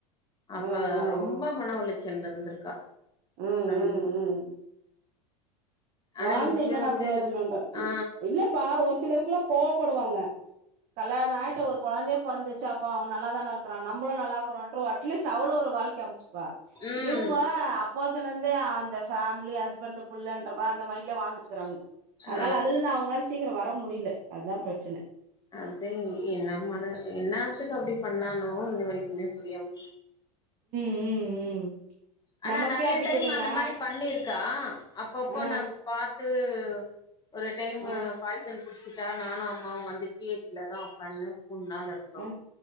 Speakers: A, on the left; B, on the right.
A: அப்ப
B: ம் ம்
A: ரொம்ப
B: ம்
A: மன உளைச்சல் இருந்திருக்கா
B: ம் ம்
A: நம்
B: ம்
A: ஆனா
B: வாழ்ந்து
A: இவ்ளோ
B: என்ன டா
A: கூடயெல்லா
B: ப்ரோஜனம்ன்ற
A: ஆ
B: இல்லப்பா ஒரு சிலருக்குல்லா கோப் படுவாங்க கல்யாண ஆயிட்டு ஒரு குழந்தைய பொறந்துச்சு அப்ப அவ நல்ல தான இருக்ரா நமளும் நல்லாக்கிற அ்ட்லீஸ்ட் அவளு ஒரு வாழ்கை அமைச்சு ப்ப
A: ம்
B: இவங்க அப்போசல இருந்தே அந்த ஃபேமிலி ஹஸ்பண்ட் புள்ளன்ற அந்த மைண்ட்லயே வாழ்ந்துட்டு இருக்கறாங்க அதனால
A: ஆ
B: அதுல இருந்து அவங்களால சீக்கிரம் வர முடியல அதுதான் பிரச்சனை
A: அது என்ன மன என்ன த்துக்கு அப்படி பண்ணானும் இ இந்த வரைக்குமே புரியாம
B: ம் ம்
A: ஆனா
B: நமக்கே
A: நறைய
B: அப்டிக்குதுன்னா
A: டைம் அந்த மாரி பண்ணிருக்கா அப்பப்போ
B: ஆ
A: நாங்க பா துஒரு டைம்
B: ஆ
A: பாய்சன் குடிச்சட்டா நானு அம்மாவு வந்து ஜிஹெச்ல தா உக்கான்னு மூணு நாள் இருந்தோ
B: ஆ